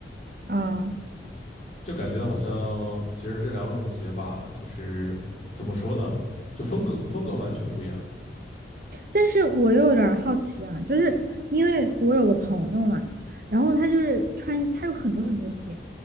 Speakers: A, on the right (about 50°); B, on the left (about 40°).
A: 嗯，
B: 就感觉好像其实这两种鞋吧，就是怎么说呢，就风格风格完全不一样。
A: 但是我又有点好奇啊，就是因为我有个朋友嘛，然后他就是穿，他有很多很多鞋，